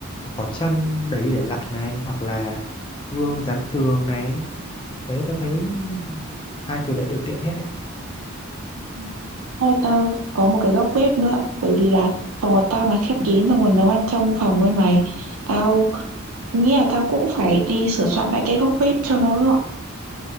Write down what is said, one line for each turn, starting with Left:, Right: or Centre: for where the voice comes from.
Left: có chân đấy để lại này hoặc là gương dán tường này đấy tao thấy hai thứ đấy đều tiện hết đấy
Right: Ừ. Thôi tao có một cái góc bếp nữa bởi vì là phòng của tao là khép kín xong rồi nguồn nấu ăn trong phòng với mày tao nghĩ là tao cũng phải đi sửa soạn lại cái góc bếp cho nó gọn